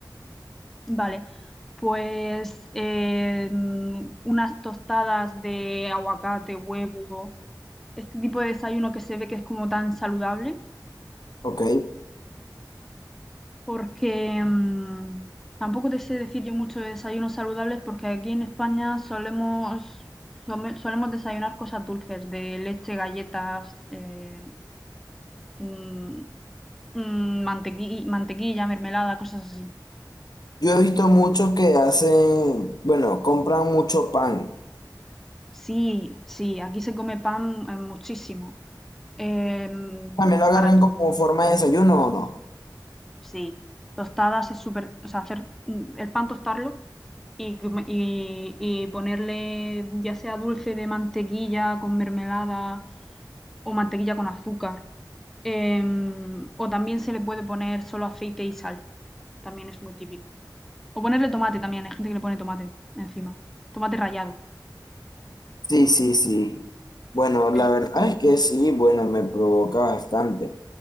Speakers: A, in the centre; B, on the left (about 65°).
A: Vale, pues eh, unas tostadas de aguacate, huevo, este tipo de desayuno que se ve que es como tan saludable,
B: Ok,
A: porque mm, tampoco te sé decir yo mucho de desayunos saludables, porque aquí en España solemos, some- solemos desayunar cosas dulces, de leche, galletas, eh, mm, mm, mantequi- mantequilla, mermelada, cosas así.
B: yo he visto mucho que hacen, bueno, compran mucho pan.
A: Sí, sí, aquí se come pan eh, muchísimo. Em,
B: También lo agarran
A: para,
B: como forma de desayuno, ¿o no?
A: sí, tostadas es súper, o sea, hacer mm, el pan tostarlo y, com- y- y ponerle ya sea dulce de mantequilla con mermelada o mantequilla con azúcar. Em, o también se le puede poner solo aceite y sal, también es muy típico. O ponerle tomate también, hay gente que le pone tomate encima, tomate rallado.
B: Sí, sí, sí. Bueno, la
A: Eso
B: verdad
A: es muy
B: es que
A: típico.
B: sí, bueno, me provoca bastante.